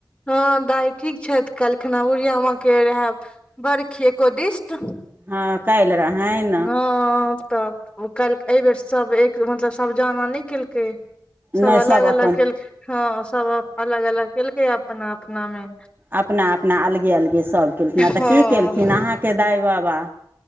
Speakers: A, on the left; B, on the right.
A: हँ दाही ठीक छथि कलखना गुरिया माँ के रहैब बड़ खी एकोदिस्ट।
B: हँ काल्हि रहनि
A: हँ त। ओ काल्हि एहिबेर सभ एक मतलब सभ जाना नहि केलके सभ
B: नहि
A: अलग अलग
B: अपन
A: केलकै हँ सभ अलग अलग केलकै अपना अपनामे।
B: अपना अपना अलगे अलगे सभ केलखिन ह तऽ
A: हँ
B: की केलखिन अहाँकेँ दाई बाबा।